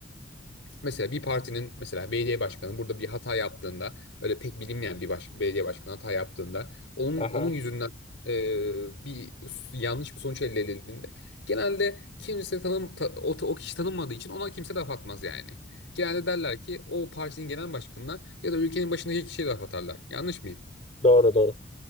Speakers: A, on the left; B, on the left.
A: Mesela bir partinin mesela belediye başkanı burada bir hata yaptığında öyle pek bilinmeyen bir baş, belediye başkanı hata yaptığında onun
B: Aha,
A: onun yüzünden e, bir s- yanlış bir sonuç elde edildiğinde genelde kimse tanım ta- o, o kişi tanınmadığı için ona kimse laf atmaz yani. Genelde derler ki o partinin genel başkanına ya da ülkenin başındaki kişiye laf atarlar. Yanlış mıyım?
B: doğru doğru.